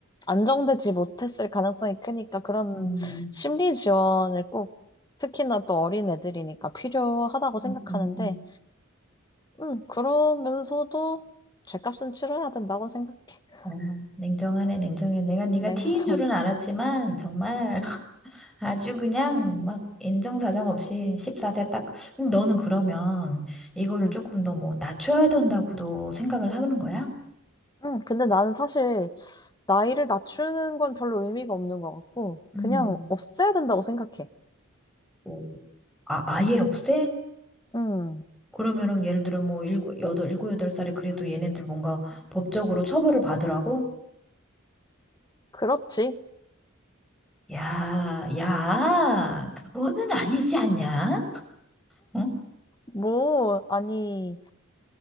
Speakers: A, on the left (about 20°); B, in the centre.
A: 안정되지 못했을 가능성이 크니까 그런
B: 음.
A: 심리 지원을 꼭, 특히나 또 어린 애들이니까 필요하다고 생각하는데,
B: 음, 음, 음.
A: 음, 그러면서도 죄값은 치러야 된다고 생각해. <laughs>
B: 아, 냉정하네, 냉정해. 내가 네가
A: 냉정.
B: 티인 줄은 알았지만 정말 <laughs> 아주 그냥 막 인정사정 없이 14세 딱. 근데 너는 그러면 이거를
A: 음.
B: 조금 더 뭐 낮춰야 된다고도 생각을 하는 거야?
A: 음, 근데 나는 사실 나이를 낮추는 건 별로 의미가 없는 것 같고,
B: 음.
A: 그냥 없애야 된다고 생각해.
B: 오. 아, 아예 없애?
A: 음,
B: 그러면은 예를 들어 뭐 일곱, 여덟, 일곱, 여덟 살이 그래도 얘네들 뭔가 법적으로 처벌을 받으라고?
A: 그렇지.
B: 야, 야, 그거는 아니지 않냐? 응?
A: 뭐, 아니.